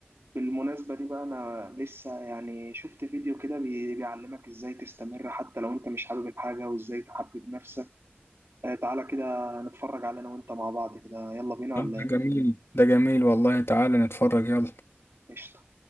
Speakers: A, on the right (about 85°); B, on the left (about 80°).
A: بالمناسبة دي بقى أنا لسه يعني شفت فيديو كده بي- بيعلمك إزاي تستمر حتى لو أنت مش حابب الحاجة وإزاي تحبب نفسك آه، تعالى كده نتفرج على أنا وأنت مع بعض كده يلا بينا
B: طب
A: ولا
B: ده
A: إيه؟
B: جميل ده جميل والله تعالى نتفرج يلا
A: قشطة